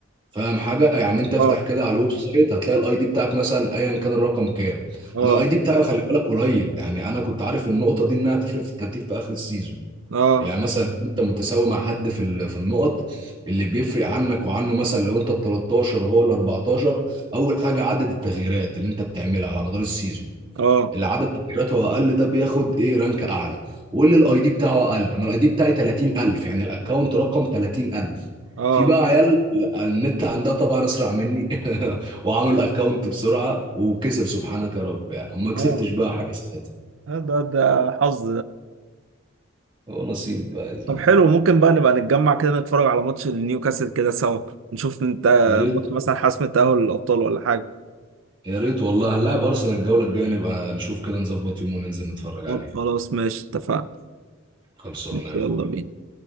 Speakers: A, on the right (about 25°); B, on the right (about 75°).
A: فاهم حاجه يعني انت افتح
B: اه
A: كده على الويب سايت هتلاقي الاي دي بتاعك مثلا ايا كان الرقم كام
B: اه
A: انا الاي دي بتاعي خلي بالك قليل يعني انا كنت عارف النقطه دي انها تفرق في الترتيب في اخر السيزون
B: اه
A: يعني مثلا انت متساوي مع حد في ال- في النقط اللي بيفرق عنك وعنه مثلا لو انت ال 13 وهو ال 14 اول حاجه عدد التغييرات اللي انت بتعملها على مدار السيزون
B: اه
A: اللي عدد تغييراته اقل ده بياخد ايه رانك اعلى واللي الاي
B: اه
A: دي بتاعه اقل انا الاي دي بتاعي 30000 يعني الاكونت رقم 30000
B: اه
A: في بقى عيال ال- النت عندها طبعا اسرع مني <laughs> وعملوا الاكونت بسرعه وكسب سبحانك يا رب يعني وما
B: آه.
A: كسبتش بقى حاجه ساعتها
B: ده ده حظ
A: هو نصيب بقى يا زميلي
B: طب حلو ممكن بقى نبقى نتجمع كده نتفرج على ماتش نيوكاسل كده سوا نشوف انت
A: يا ريت
B: ماتش مثلا حسم التأهل للأبطال ولا حاجة
A: يا ريت والله هنلاعب ارسنال الجوله الجايه نبقى نشوف كده نظبط يوم وننزل نتفرج
B: طب
A: عليه
B: خلاص ماشي اتفقنا
A: خلصانه
B: ماشي
A: يا اخوي
B: يلا بينا